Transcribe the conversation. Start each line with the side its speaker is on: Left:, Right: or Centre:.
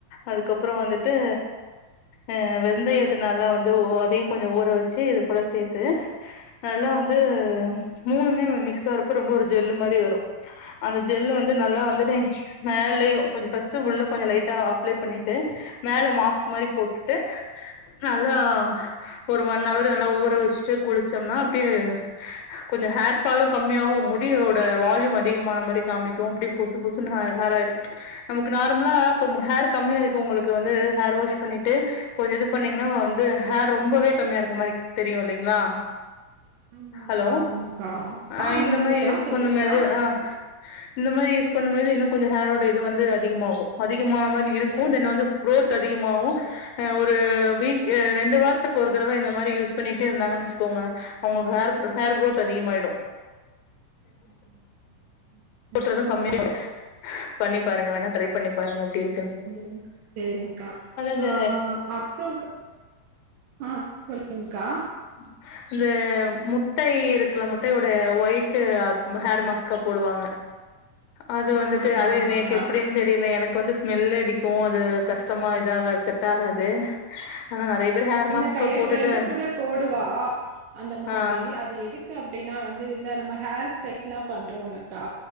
Left: அதுக்கப்றோ வந்துட்டு அ வெந்தயத்த நல்லா வந்து ஒதையும் கொஞ்சோ ஊற வச்சு இது கூட சேத்து நல்லா வந்து மூணுமே மிக்ஸ் வரப்ப ரொம்ப ஒரு ஜெல்லு மாறி வரு அந்த ஜெல்ல‌ வந்து நல்லா வந்ததே மேலயு கொஞ்சோ ஃபஸ்ட் உள்ள கொஞ்சோ லைட்டா அப்ளை பண்ணிட்டு மேல மாஸ்க் மாரி போட்டுட்டு நல்லா ஒரு ஒண்ணவர் நல்லா ஊற வச்சுட்டு குளிச்சோம்னா அப்டியே கொஞ்சோ ஹேர்ஃபாலு கம்மியாகும் முடியோட வால்யூம் அதிகமான மாதிரி காமிக்கும் அப்டி புசு புசுன்னு ஹ ஹேராயிடும் நமக்கு நார்மலா கும் ஹேர் கம்மியாருக்றவுங்களுக்கு வந்து ஹேர் வாஷ் பண்ணிட்டு கொஞ்சோயிது பண்ணீங்கன்னா வந்து ஹேர் ரொம்பவே கம்மியாயிருக்கும் மாரி தெரியு இல்லைங்களா
Right: ஆமாங்க்கா
Left: ஹலோ
Right: ஆமாங்க்கா
Left: அ
Right: ஆ
Left: இந்த
Right: கேக்குதுக்கா
Left: மானி யூஸ்
Right: சொல்லுங்க்கா
Left: பண்ணமாதி ஆ இந்த மாரி யூஸ் பண்ணும் பொழுது இன்னு கொஞ்சோ ஹேரோட இது வந்து அதிகமாகு அதிகமான மாரி இருக்கு
Right: டென்சிட்டி
Left: தென் வந்து குரோத் அதிகமாவு அ ஒ ஒரு வீக் ரெண்டு வாரத்துக்கு ஒரு தடவ இந்த மாரி யூஸ் பண்ணிட்டே இருந்தாங்கன்னு வெச்சுக்கோங்க அவங்களுக்கு ஹேர்த் ஹேர் குரோத் அதிகமாயிடு
Right: அப்டிங்களா <inaudible>
Left: ஊத்துறது <inaudible> பண்ணி பாருங்க வேணா ட்ரை பண்ணி பாருங்க எப்டி இருக்
Right: <inaudible> சேரிங்கா
Left: இந்த
Right: ஆ அப்பறோ கா ஆ சொல்லுங்க்கா
Left: ம் இந்த முட்டை இருக்குல்ல முட்டையோட ஒயிட்டு் அப் ஹேர் மாஸ்கா போடுவாங்க அது
Right: ஆமாங்க்கா
Left: வந்துட்டு அது <unintelligible>
Right: ஆமாங்க்கா
Left: எப்டின்னு தெ தெரில எனக்கு வந்து ஸ்மெல் அடிக்கு அது கஷ்டமா இத ஆகாது செட் ஆகாது அனா நறைய பேர் ஹேர்
Right: இல்லக்கா
Left: மாஸ்க்கா
Right: எ
Left: போட்டுட்டு
Right: ஃப்ரெண்டு கூட போடுவா அந்த மாதிரி
Left: ஆ
Right: அது எதுக் கு அப்படின்னா வந்து இந்த நம்ம ஹேர் ஸ்ட்ரைட்லா பண்றோல்லக்கா